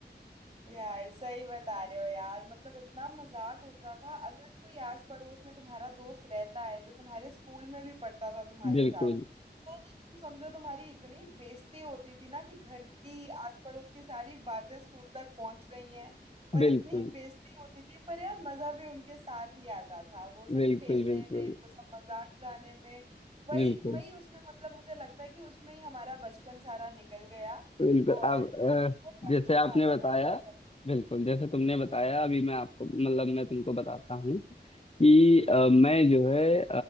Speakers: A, on the right; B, on the left.
A: यार सही बता रहे हो यार मतलब इतना मजाक उड़ता था अगर कोई आस पड़ोस में तुम्हारा दोस्त रहता है जो तुम्हारे स्कूल में भी पढ़ता था तुम्हारे
B: बिल्कुल
A: साथ तो
B: <laughs>
A: तो तुम समझो तुम्हारी इतनी बेइज्जती होती थी ना कि घर की आस पड़ोस की सारी बातें स्कूल तक पहुंच रही हैं और
B: बिल्कुल
A: इतनी बेइज्जती होती थी पर यार मजा भी उनके साथ ही आता था वो सब
B: बिल्कुल
A: खेलने
B: बिल्कुल
A: में वो सब मजाक उड़ाने में वही
B: बिल्कुल
A: वही उसमें मतलब मुझे लगता है कि उसमें ही हमारा बचपन सारा निकल गया
B: बिल्कुल
A: और
B: अब अ,
A: बहुत
B: जैसे
A: मजा
B: आपने
A: आता
B: बताया
A: था ये सब करने में
B: बिल्कुल जैसे तुमने बताया अभी मैं आपको मतलब मैं तुमको बताता हूँ कि अ, मैं जो है